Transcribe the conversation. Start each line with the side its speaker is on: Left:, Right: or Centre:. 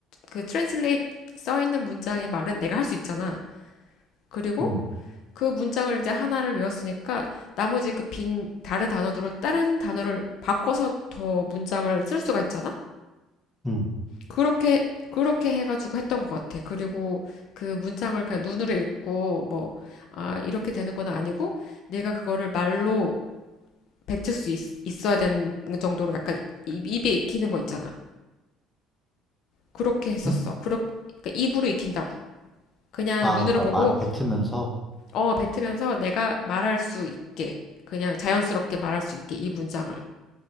Left: 그 트랜슬레이트 써 있는 문장의 말은 내가 할 수 있잖아. 그리고
Centre: 응,
Left: 그 문장을 이제 하나를 외웠으니까 나머지 그 빈 다른 단어로 다른 단어를 바꿔서 더 문장을 쓸 수가 있잖아.
Centre: 응.
Left: 그렇게 그렇게 해가지고 했던 것 같아. 그리고 그 문장을 그냥 눈으로 읽고 뭐, 아, 이렇게 되는 건 아니고 내가 그거를 말로 뱉을 수 있, 있어야 되는 정도로 약간 입, 입에 익히는 거 있잖아. 그렇게 했었어.
Centre: 응?
Left: 그렇, 그러니까 입으로 익힌다고. 그냥
Centre: 아,
Left: 눈으로
Centre: 그러니까
Left: 보고
Centre: 말 뱉으면서,
Left: 어, 뱉으면서 내가 말할 수 있게 그냥 자연스럽게 말할 수 있게 이 문장을.